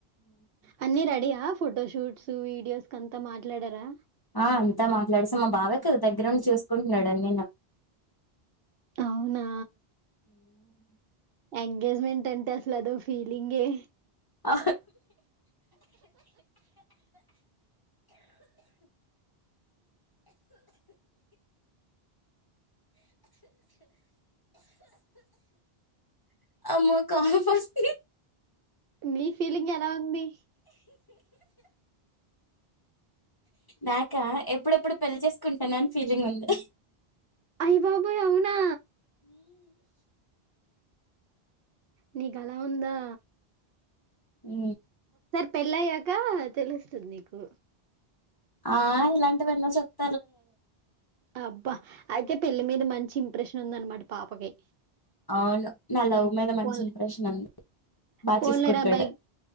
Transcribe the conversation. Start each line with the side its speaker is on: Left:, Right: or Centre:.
Right: అన్నీ రెడీ యా ఫోటోషూట్స్ వీడియోస్ కంతా మాట్లాడారా
Left: ఆ అంతా మా నడుసా మా బావే కద దగ్గరన్ చూస్ కున్న డా నిన్న
Right: అవునా ఎంగేజ్మెంట్ అన్ తెస్లాదో ఫీలింగే
Left: ఆ ఆమ్మో కఫ్ అసూన్
Right: నీ ఫీలింగ్ ఎలా ఉంది
Left: నాకా ఎప్పుడెప్పుడు పెళ్లి చేస్ కుంటనాని ఫీలింగ్ ఉంది
Right: అయ్య బాబోయ్ అవునా నీకు అలా ఉందా
Left: ఉ
Right: పెళ్ళ అయ్యాక తెలుస్తుంది నీకు
Left: ఆ ఇలాంటివెన్నో చెప్
Right: అబ్బా అయితే పెళ్లి మీద మంచి ఇంప్రెషన్ ఉంది అనమాట పాపకి
Left: అవును నా లవ్ మీద మంచి
Right: పోన్ లే
Left: ఇంప్రెషన్ ఉంది బాగా
Right: పోన్
Left: చూసుకుంటాడు
Right: లేరా బై